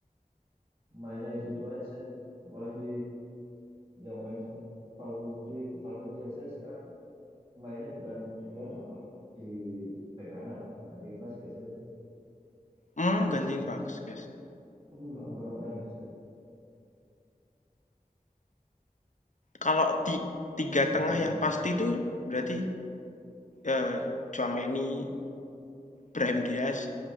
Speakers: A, on the right; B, on the left.
A: mainnya itu itu aja. Apalagi yang main Valverde, Valverde aja sekarang mainnya bukan di gelandang malah di bek kanan, ganti Vazquez kan.
B: hmm,
A: <laughs> Jadi
B: gantiin Vasquez.
A: Aduh, ampun-ampunan lah sekarang.
B: Kalau ti tiga
A: Ampun-ampunan
B: tengah yang
A: sekarang.
B: pasti itu berarti eh, Tchouaméni, Brahim Diaz,